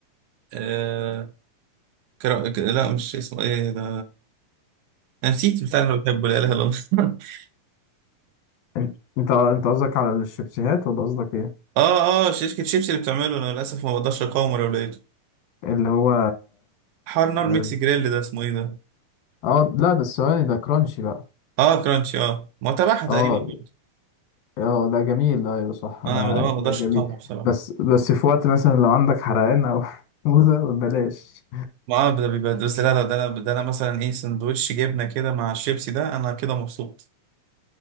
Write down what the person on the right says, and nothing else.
آه كرا... ك... لا مش اسمه ايه ده انا نسيت بتاع اللي بحبه لا اله الا الله <laughs>
اه اه شركة شيبسي اللي بتعمله انا للاسف ما بقدرش اقاومه لو لقيته
حار نار
ميكس جريل ده اسمه ايه ده
اه كرانشي اه ما تبعها
تقريبا برضه
انا
ما ما
بقدرش
اقاومه بصراحه
ما آه، ده بيبقى بس لا لا ده انا ده انا مثلا ايه سندوتش جبنه كده مع الشيبسي ده انا كده مبسوط